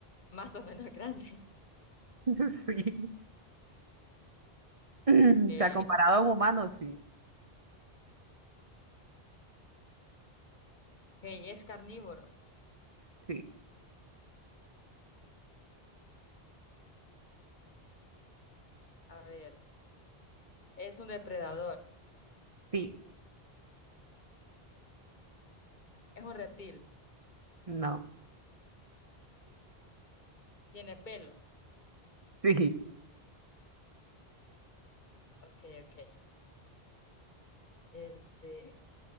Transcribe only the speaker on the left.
más o menos <laughs> grande?
Ok.
Ok, ¿es carnívoro?
A ver. ¿Es un depredador?
¿Es un reptil?
¿Tiene pelo?
Ok, ok. Este,